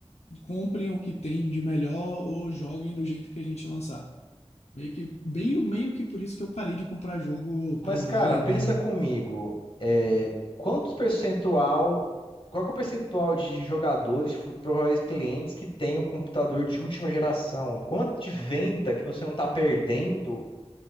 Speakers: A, on the left; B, on the left.
A: comprem o que tem de melhor ou joguem do jeito que a gente lançar. Meio que, bem, meio que por isso que eu parei de comprar jogo
B: Mas,
A: pré-venda,
B: cara, pensa comigo. é, quantos percentual. Qual que é o percentual de jogadores, fu- prováveis clientes que tem um computador de última geração? Quanto de venda que você não está perdendo?